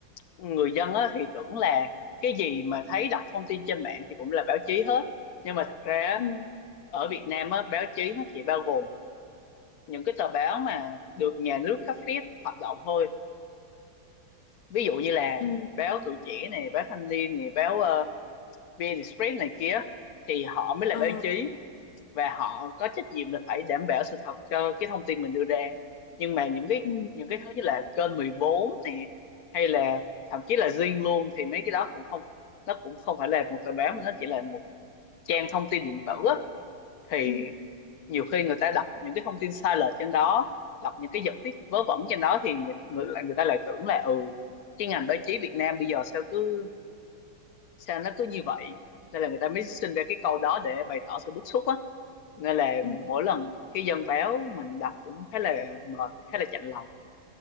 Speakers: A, on the left; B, on the left.
A: người dân á thì tưởng là cái gì mà thấy đọc thông tin trên mạng thì cũng là báo chí hết, nhưng mà thật ra á,
B: Ừ.
A: ở Việt Nam á báo chí nó chỉ bao gồm những cái tờ báo mà được nhà nước cấp phép hoạt động thôi, ví dụ như là
B: Ừ,
A: báo Tuổi Trẻ này, báo Thanh Niên này, báo ờ, VnExpress này kia thì họ mới là
B: ờ,
A: báo chí và họ có trách nhiệm là phải đảm bảo sự thật cho cái thông tin mình đưa ra nhưng mà những cái
B: ừ,
A: những cái thứ như là kênh 14 này hay là thậm chí là Zing luôn thì mấy cái đó cũng không nó cũng không phải là một tờ báo mà nó chỉ là một trang thông tin điện tử á thì
B: ừ,
A: nhiều khi người ta đọc những cái thông tin sai lệch trên đó đọc những cái giật tít vớ vẩn trên đó thì người, người, người ta lại tưởng là ừ cái ngành báo chí Việt Nam bây giờ sao cứ sao nó cứ như vậy nên là người ta mới sinh ra cái câu đó để bày tỏ sự bức xúc á nên là
B: ừ.
A: mỗi lần cái dân báo mình đọc cũng khá là mệt khá là chạnh lòng